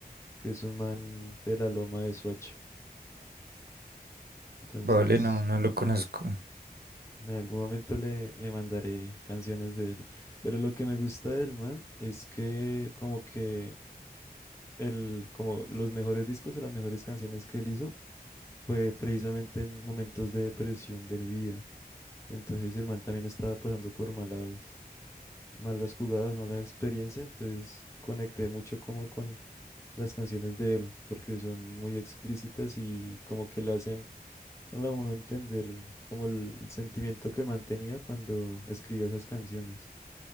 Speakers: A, on the left (about 20°); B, on the right (about 80°).
A: que es un man de la Loma de Soacha. Entonces,
B: Vale, no, no lo conozco.
A: en algún momento le, le mandaré canciones de él. Pero lo que me gusta del man es que como que el, como los mejores discos o las mejores canciones que él hizo fue precisamente en momentos de depresión de mi vida. Entonces el man también estaba pasando por malas, malas jugadas, malas experiencias. Entonces conecté mucho como con las canciones de él, porque son muy explícitas y como que le hacen a uno entender como el sentimiento que el man tenía cuando escribía esas canciones.